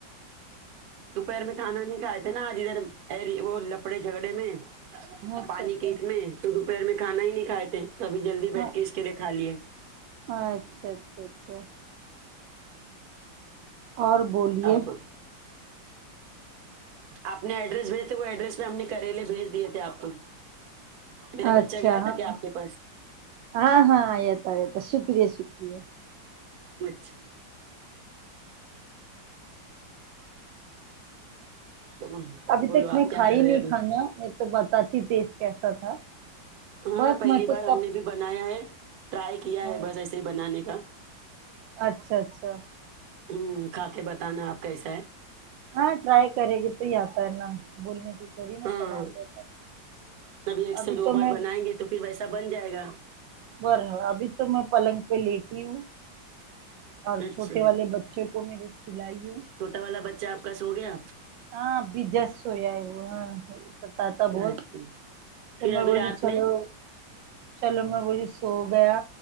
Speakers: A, on the right (about 55°); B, on the right (about 75°).
A: دوپہر میں کھانا نہیں کھائے تھے نا ج ادھر اری وہ لپڑے جھگڑے میں
B: اچھا
A: پانی
B: اچھا
A: کے اس میں تو دوپہر میں کھانا ہی نہیں کھاے تھے تبھی جلدی
B: ہاں
A: بیٹھ کے اس کے دے کھا لیے
B: اچھا اچھا اچھا اور بولیے
A: اب آپ نے ایڈریس بھیج تھے وہ ایڈریس میں ہم نے کریلے بھیج دیے تھے آپ کو میرا
B: اچھا
A: بچہ گیا تھا
B: ہاں
A: کیا آپ کے پاس
B: ہاں ہاں آیا تھا آیا تھا شکریہ شکریہ
A: وچھ تو
B: ابھی
A: بولو
B: تک میں
A: آپ کیا
B: کھائی
A: کر
B: نہیں
A: رہے ہیں ابھی
B: کھانا یہ تو بتاتی ٹیسٹ کیسا تھا
A: ہاں
B: بس
A: پہلی
B: میں تو
A: بار ہم
B: سب
A: نے بھی بنایا ہے ٹرائی کیا
B: ہاں،
A: ہے بس ایس سے بنانے کا
B: اچھا اچھا
A: ہوں کھا کے بتانا آپ کیسا ہے
B: ہاں ٹرائی کرریے گت تر نا بولنے سے تھوڑی نا
A: ہاں
B: سواد جاتا
A: ایک سے
B: ابھی
A: دو
B: تو
A: بار
B: میں
A: بنائیں گے تو پھر ویسا بن جائے گا
B: بر ابھی تو میں پلنگ پہ لیٹی ہوں اور
A: اچھا
B: چھوٹے والے بچوں کو میری سلائی ہوں
A: چھوٹا والا بچہ آپ کا سو گیا
B: ہاں ابی جسٹ سویا ہے وہ تاتا بت
A: اچھا
B: تو
A: پھر
B: میں
A: ابھی
B: بولی
A: رات
B: چلو
A: میں
B: چلو میں بولی سو گیا